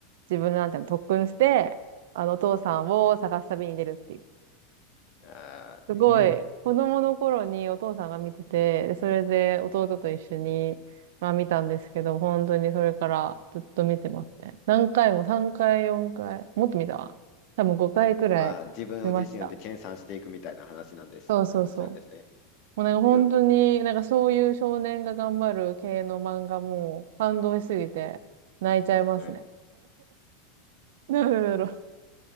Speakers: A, on the right; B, on the left.
A: 自分なんていうの特訓して、あの、お父さんを探す旅に出るっていう
B: あー、
A: すごい、
B: うん。
A: 子供の頃にお父さんが見てて、でそれで弟と一緒に、まあ見たんですけど、本当にそれからずっと見てますね。何回も、3回、4回、もっと見たわ。多分5回くらい見ました。
B: まあ、自分を自身で研鑽していくみたいな話なんです、
A: そうそうそう。
B: 話なんですね。
A: もうなんか本当に、
B: けど、
A: なんかそういう少年が頑張る系の漫画も感動しすぎて泣いちゃいますね。
B: はい、
A: なんでだろう。